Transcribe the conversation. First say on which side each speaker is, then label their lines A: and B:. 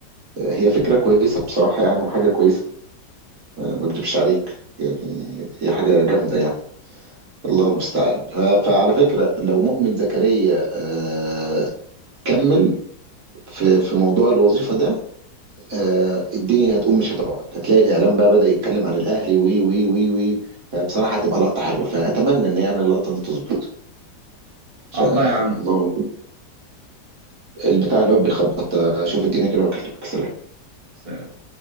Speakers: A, on the right (about 55°); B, on the right (about 30°).
A: هي فكره كويسه بصراحه يعني وحاجه كويسه آه، ما اكدبش عليك يعني هي حاجه جامده يعني الله المستعان آه، فعلى فكره لو مؤمن زكريا آه، كمل في في موضوع الوظيفه ده آه، الدنيا هتقوم مش هتقعد هتلاقي الاعلام بقى بدأ يتكلم عن الاهلي وي وي وي وي فبصراحه هتبقى لقطه حلوه فاتمنى ان يعني اللقطه دي تظبط فالله
B: الله يا عم
A: البتاع الواد بيخبط اشوف الدنيا كده واكلمك سلام
B: سلام.